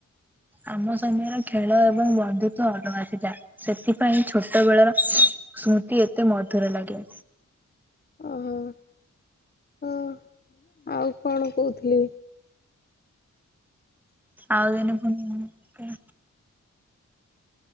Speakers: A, in the centre; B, on the left.
A: ଆମ ସମୟରେ ଖେଳ ଏବଂ ବନ୍ଧୁତ୍ବ ଅଲଗା ଥିଲା। ସେଥିପାଇଁ ଛୋଟ ବେଳର ସ୍ମୃତି ଏତେ ମଧୁର ଲାଗେ।
B: ଓହୋ ହଁ ଆଉ କଣ କହୁଥିଲି
A: ଆଉଦିନ ଫୁଣି